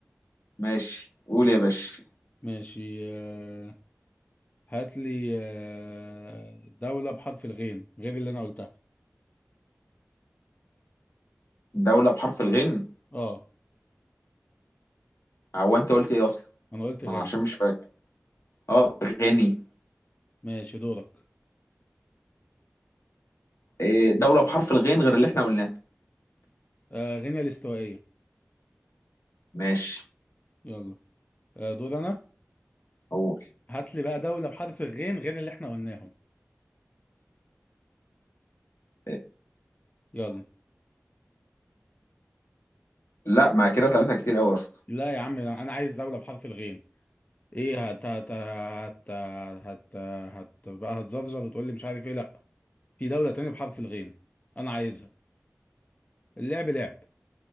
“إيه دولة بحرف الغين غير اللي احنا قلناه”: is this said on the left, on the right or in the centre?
Left